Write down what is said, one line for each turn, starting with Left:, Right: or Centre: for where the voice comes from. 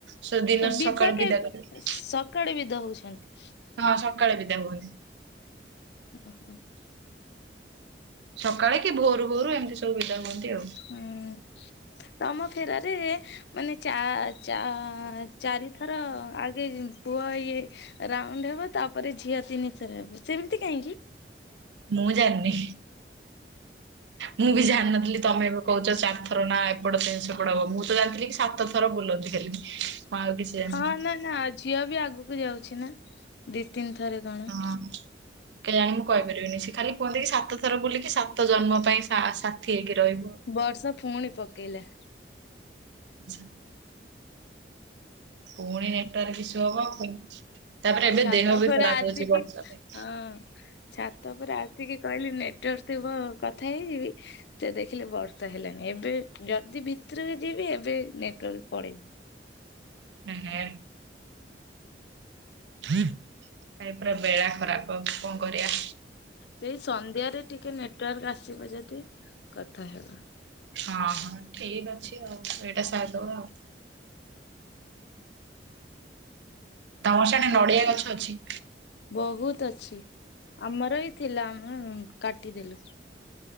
Right: ସେ ଦିନ
Left: ବିଦା
Right: ସକାଳୁ
Left: କେ
Right: କରିବେ
Left: ସକାଳେ ବିଦା ହଉଛନ୍ତି।
Right: ହଁ ସକାଳେ ବିଦା ହୁଅନି।
Left: ଓ ହୋ।
Right: ସକାଳେ କି ଭୋରୁ ଭୋରୁ ଏମିତି ସବୁ ବିଦା ହୁଅନ୍ତି ଆଉ।
Left: ହୁଁ ତମ ଫେରାରେ। ମାନେ ଚା ଚା ଚାରିଥର ଆଗେ ପୁଅ ଇଏ। ରାଉଣ୍ଡ ହେବ ତାପରେ ଝିଅ ତିନିଥର ହେବ ସେମିତି କାହିଁକି।
Right: ମୁଁ ଜାଣିନି ମୁଁ ବି ଜାଣିନଥିଲି ତମେ ଏବେ କହୁଛ ଚାରିଥର ନା ଏପଟ ସେପଟ ହବ ମୁଁ ତ ଜାଣିଥିଲି କି ସାତ ଥର ବୁଲନ୍ତି ଖାଲି। ଆଉ କିଛି ଜାଣିନି
Left: ହଁ ନା ନା ଝିଅ ବି ଆଗକୁ ଯାଉଛି ନା ଦି ତିନି ଥରେ କଣ।
Right: ହଁ। କେଜାଣି ମୁଁ କହିପାରିବିନି ସେ ଖାଲି କୁହନ୍ତି କିି ସାତ ଥର ବୁଲିକି ସାତ ଜନ୍ମ ପାଇଁ ସା ସାଥି ହେଇକି ରହିବୁ।
Left: ବର୍ଷା ପୁଣି ପକେଇଲା।
Right: ଆଚ୍ଛା ପୁଣି ନେଟୱାର୍କ ଇସୁ ହବ ତାପରେ ଏବେ
Left: ଛାତ
Right: ଦେହ
Left: ଉପରେ
Right: ବି ଖରାପ
Left: ଆସିକି
Right: ହୋଉଛି ବର୍ଷା ପାଇଁ।
Left: ହଁ। ଛାତ ଓପରେ ଆସିକି କହିଲି ନେଟୱାର୍କ ଥିବ କଥା ହେଇଯିବି। ସେ ଦେଖିଲି ବର୍ଷା ହେଲାନି ଏବେ ଯଦି ଭିତରକୁ ଯିବି ଏବେ ନେଟୱାର୍କ ପଳେଇ
Right: ଏ ହେ ଏ ପରା ବେଳା ଖରାପ କଣ କରିବା।
Left: ସେଇ ସନ୍ଧ୍ୟାରେ ଟିକେ ନେଟୱାର୍କ ଆସିବ ଯଦି କଥା ହେବା।
Right: ହଁ ହଁ ଠିକ ଅଛି ଆଉ ଏଇଟା ସାରିଦବା ଆଉ। ତମର ସିଆଡ଼େ ନଡ଼ିଆ ଗଛ ଅଛି?
Left: ବୋହୁତ ଅଛି ଆମର ବି ଥିଲା ଆମେ କାଟିଦେଲୁ।